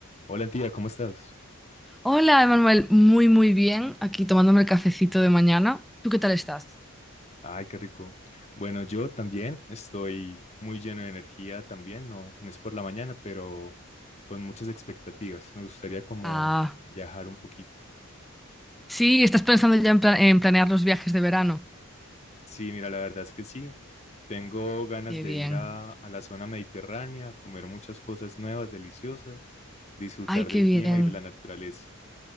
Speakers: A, on the left; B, in the centre.
A: Hola, tía, ¿cómo estás?
B: Hola, Emanuel. Muy, muy bien. Aquí tomándome el cafecito de mañana. ¿Tú qué tal estás?
A: Ay, qué rico. Bueno, yo también estoy muy lleno de energía también, no, no es por la mañana, pero con muchas expectativas. Me gustaría como
B: Ah,
A: viajar un poquito.
B: sí, estás pensando ya en, pla- en planear los viajes de verano.
A: Sí, mira, la verdad es que sí. Tengo ganas
B: Qué
A: de
B: bien.
A: ir a, a la zona mediterránea, comer muchas cosas nuevas, deliciosas, disfrutar
B: Ay, qué
A: del
B: bien.
A: clima y de la naturaleza.